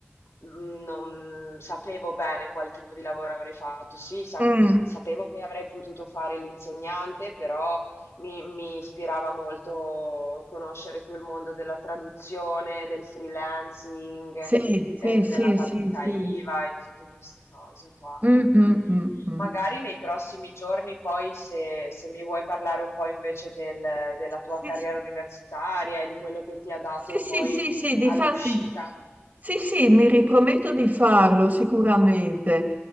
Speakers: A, on the left (about 85°); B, on the right (about 35°).
A: mh, non sapevo bene qual tipo di lavoro avrei fatto. Sì, sa-
B: Mm,
A: sapevo che avrei potuto fare l'insegnante, però mi, mi ispirava molto conoscere più il mondo della traduzione, del freelancing
B: Sì, sì,
A: eh,
B: sì,
A: della partita
B: sì, sì.
A: IVA e di tutte queste cose qua.
B: Mm,
A: Quindi
B: mm, mm, mm.
A: magari nei prossimi giorni, poi se, se mi vuoi parlare un po' invece del- della tua
B: Sì,
A: carriera
B: sì.
A: universitaria e di quello che ti ha dato
B: Sì, sì,
A: poi
B: sì, sì, difatti,
A: all'uscita.
B: sì, sì, mi riprometto di farlo sicuramente.